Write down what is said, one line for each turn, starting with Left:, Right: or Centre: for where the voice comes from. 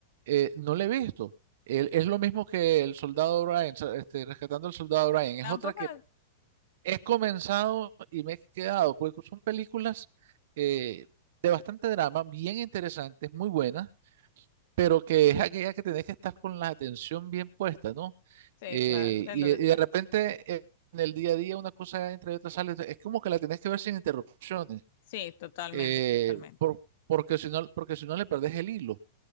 Right: eh, no la he visto. El- es lo mismo que El Soldado Ryan, o sea, este, Rescatando al Soldado Ryan. Es
Left: Tampoco,
Right: otra que he comenzado y me he quedado, porque son películas eh, de bastante drama, bien interesantes, muy buenas pero que es aquella que tenés que estar con la atención bien puesta, ¿no?
Left: sí,
Right: Eh,
Left: claro, de
Right: y,
Left: los detalles.
Right: y de repente eh, en el día a día una cosa entre otras sale, es como que la tenés que ver sin interrupciones,
Left: Sí, totalmente,
Right: eh,
Left: totalmente.
Right: por- porque si no, porque si no le perdés el hilo.